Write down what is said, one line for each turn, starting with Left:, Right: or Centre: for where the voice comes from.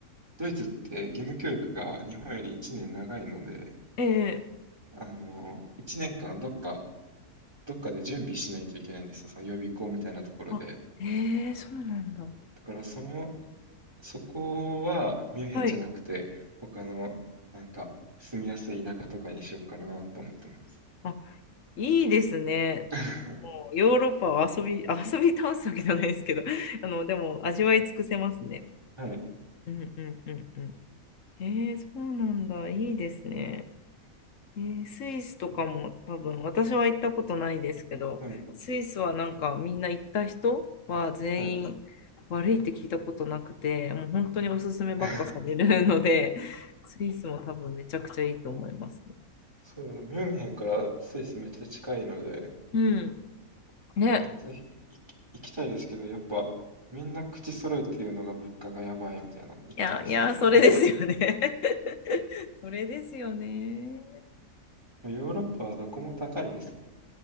Right: ドイツって義務教育が日本より1年長いので、
Left: え
Right: あの、1年間どっか、どっかで準備しないといけないんですよ。その予備校みたいなところで。
Left: ー、あ、えー、そうなんだ。
Right: だからその、そこはミュンヘンじゃなくて、
Left: はい、
Right: 他の、なんか、住みやすい田舎とかにしようかなと思ってます。
Left: あ、いいですね。
Right: <laughs>
Left: もうヨーロッパは遊び、<laughs> あ遊び倒すわけじゃないですけど、<laughs> あの、でも味わい尽くせますね。
Right: はい、
Left: うんうんうんうん。えー、そうなんだ。いいですね。ねスイスとかも多分、私は行ったことないですけど、
Right: はい、
Left: スイスはなんかみんな行った人は全員
Right: はい。
Left: 悪いって聞いたことなくて、もう本当におすすめばっかされるので、
Right: <laughs>
Left: <laughs> スイスも多分めちゃくちゃいいと思います。
Right: そうだな、ミュンヘンからスイスめっちゃ近いので、
Left: うん。ね。
Right: ぜひ行き、行きたいですけど、やっぱみんな口揃えて言うのが物価がやばいみたいな言ってますよね。
Left: いや、いや、それですよね。<laughs> それですよね。
Right: ヨーロッパはどこも高いです。